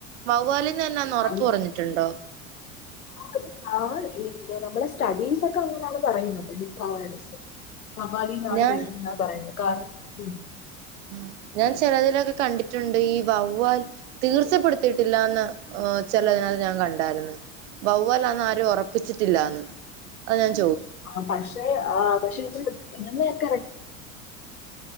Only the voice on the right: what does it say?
വവ്വലു <unintelligible> ഉറപ്പ്
പറഞ്ഞിട്ടുണ്ടോ
ഞാൻ
ഉം ഞാൻ ചിലതിനലൊക്കെ കണ്ടിട്ടുണ്ട് ഈ വവ്വാൽ തീർച്ചപ്പെടുത്തിയിട്ടില്ലന്ന് ചിലതിനകത്ത് ഞാൻ കണ്ടായിരുന്നു വവ്വാൽന്ന് ആരും ഉറപ്പിച്ചിട്ടില്ലന്ന് അത് <unintelligible>